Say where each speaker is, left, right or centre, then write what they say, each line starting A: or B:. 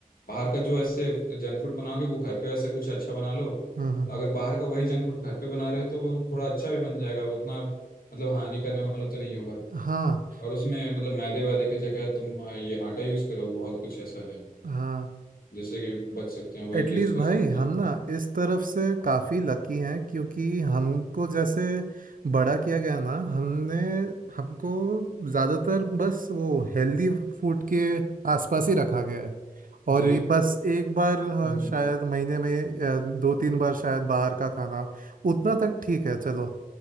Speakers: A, on the left; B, on the right.
A: बाहर का जो ऐसे जंक फूड बनाओगे वो घर पे ऐसे कुछ अच्छा बना लो तो
B: हम्म हम्म, हम्म,
A: अगर बाहर का वही जंक फूड घर पे बना रहे हो तो वो थोड़ा अच्छा भी बन जाएगा उतना मतलब हानि करने वाला तो नहीं होगा
B: हाँ
A: और उसमें मतलब मैदे वैदे की जगह तुम अ, ये आटा यूज करो बहुत कुछ ऐसा है
B: हाँ
A: जैसे कि बच सकते हैं वही
B: एटलीस्ट
A: टेस्ट कर
B: भाई
A: सकते
B: हम
A: हैं
B: ना इस तरफ से काफ़ी लकी हैं क्योंकि हमको जैसे बड़ा किया गया ना हमने हमको ज़्यादातर बस वो हेल्दी फूड के आसपास ही रखा गया है और
A: जी
B: ये बस एक बार हाँ,
A: हम्म
B: शायद महीने में या दो तीन बार शायद बाहर का खाना उतना तक ठीक है चलो